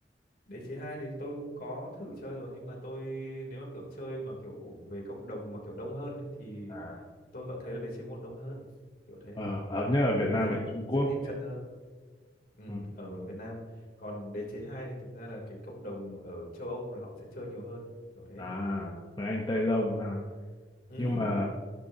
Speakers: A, on the left; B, on the left.
A: đế chế hai thì tôi cũng có thử chơi rồi nhưng mà tôi nếu mà kiểu chơi mà kiểu về cộng đồng mà kiểu đông hơn ấy thì
B: ấy.
A: tôi vẫn thấy là đế chế một đông hơn kiểu thế
B: Ờ, ở nhớ ở Việt
A: nó
B: Nam
A: dễ
B: hay Trung Quốc
A: dễ tìm
B: nhỉ?
A: trận hơn ừ,
B: Ừ.
A: ở
B: ừ, ừ.
A: Việt Nam còn đế chế 2 thì thực ra là cái cộng đồng ở châu Âu là họ sẽ chơi nhiều hơn kiểu thế
B: À, mấy anh Tây Lông ha.
A: ừ
B: Nhưng mà